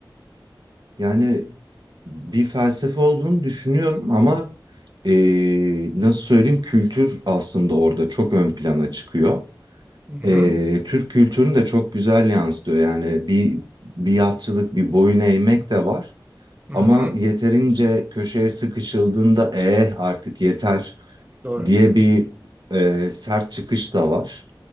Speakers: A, on the right (about 60°); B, on the right (about 20°).
A: Yani bir felsefe olduğunu düşünüyorum ama ee, nasıl söyleyeyim kültür aslında orada çok ön plana çıkıyor.
B: Hı hı.
A: e, Türk kültürünü de çok güzel yansıtıyor. Yani bir biatçılık, bir boyun eğmek de var.
B: Hı
A: Ama
B: hı.
A: yeterince köşeye sıkışıldığında eh artık yeter
B: Doğru.
A: diye bir e, sert çıkış da var.